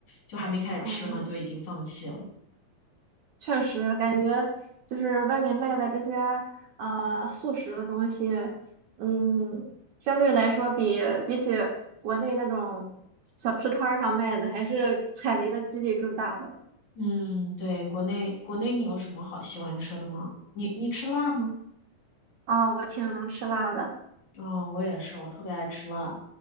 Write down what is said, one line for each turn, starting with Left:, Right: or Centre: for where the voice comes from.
Left: 就还没开始吃呢就已经放弃了。
Right: <laughs> 嗯。确实感觉就是外面卖的这些呃速食的东西，嗯，相对来说比比起国内那种小吃摊儿上卖的，还是 <laughs> 踩雷的几率更大的。
Left: 嗯，对，国内国内你有什么好喜欢吃的吗？你你吃辣吗？
Right: 啊、我挺能吃辣的。
Left: 哦，我也是，我特别爱吃辣，